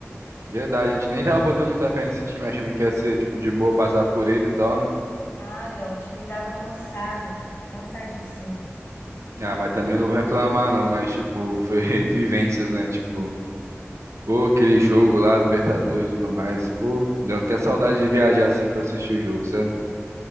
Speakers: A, on the right (about 70°); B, on the left (about 55°).
A: Verdade, a gente nem tava botando muita fé nesse time, achando que ia ser, tipo, de boa passar por ele e tal, né?
B: Nada, o time tava cansado, cansadíssimo.
A: Ah, mas também
B: Enfim.
A: não vou reclamar, não, mas, tipo, foi <laughs> vivências, né? Tipo, pô, aquele jogo lá, Libertadores e tudo mais, pô, deu até saudade de viajar, assim, pra assistir o jogo, sabe?